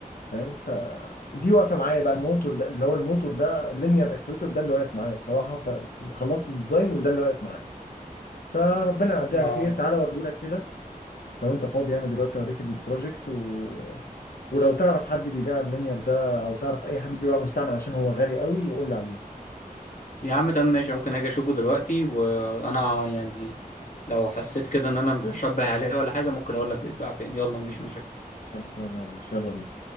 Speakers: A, on the left (about 80°); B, on the left (about 60°).
A: فاهم فدي واقفه معايا بقى الموتور ده اللي هو الموتور ده لينير اكتويتور ده اللي واقف معايا الصراحه فخلصت الديزاين وده اللي واقف معايا فربنا يعديه
B: أه
A: على خير تعالى اوريهولك كده لو انت فاضي يعني دلوقتي اوريك البروجكت و... ولو تعرف حد بيبيع اللينير ده او تعرف اي حد بيبيع مستعمل عشان هو غالي قوي يقول لي عليه
B: يا عم تمام ماشي ممكن أجي أشوفه دلوقتي وأنا يعني لو حسيت كده إن أنا مش بشبه عليه ولا حاجة ممكن أقول لك بيتباع فين يلا مفيش مشاكل
A: خلصانه يا باشا يلا بينا